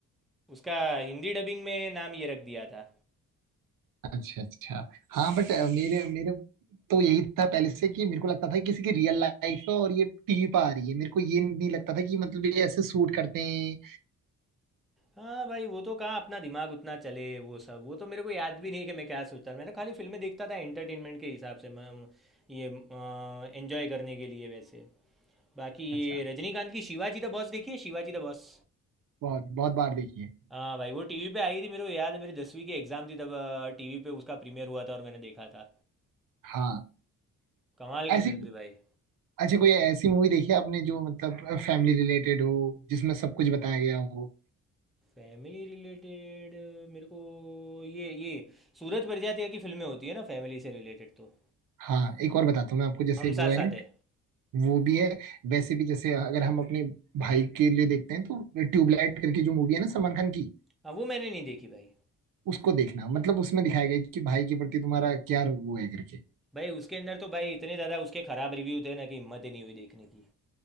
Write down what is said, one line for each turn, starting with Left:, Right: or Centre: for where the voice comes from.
Centre: उसका हिंदी डबिंग में नाम ये रख दिया था
Right: अच्छा अच्छा हाँ बट मेरे मेरे तो यही था पहले से कि मेरे को लगता था कि किसी की रियल लाइफ है और ये टीवी पर आ रही है मेरे को ये नहीं लगता था कि मतलब ये ऐसे सूट करते हैं
Centre: हाँ भाई वो तो कहाँ अपना दिमाग उतना चले वो सब वो तो मेरे को याद भी नहीं कि मैं क्या सोचता था मैं तो खाली फिल्में देखता था एंटरटेनमेंट के हिसाब से मैं- ये एंजॉय करने के लिए वैसे बाकी ये
Right: अच्छा
Centre: रजनीकांत की शिवाजी द बॉस देखी है शिवाजी द बॉस
Right: बहुत बहुत बार देखी है
Centre: हाँ भाई वो टीवी पे आई थी मेरे को याद है मेरी दसवीं की एग्ज़ाम थी तब टीवी पे उसका प्रीमियर हुआ था और मैंने देखा था
Right: हाँ
Centre: कमाल की
Right: ऐसी
Centre: फिल्म थी भाई
Right: अच्छा कोई ऐसी मूवी देखी है आपने जो मतलब फैमिली रिलेटेड हो जिसमें सब कुछ बताया गया हो
Centre: फैमिली रिलेटेड मेरे को ये ये सूरज बड़जात्या की फिल्में होती है ना फैमिली से रिलेटेड तो
Right: हाँ एक और बताता हूँ मैं आपको जैसे
Centre: हम साथ
Right: वो है
Centre: साथ
Right: ना
Centre: है
Right: वो भी है वैसे भी जैसे अगर हम अपने भाई के लिए देखते हैं तो ट्यूबलाइट करके जो मूवी है ना सलमान खान की
Centre: हाँ वो मैंने नहीं देखी भाई
Right: उसको देखना मतलब उसमें दिखाया गया है कि भाई के प्रति तुम्हारा क्या वो है करके
Centre: भाई उसके अंदर तो भाई इतने ज़्यादा उसके ख़राब रिव्यू थे ना कि हिम्मत ही नहीं हुई देखने की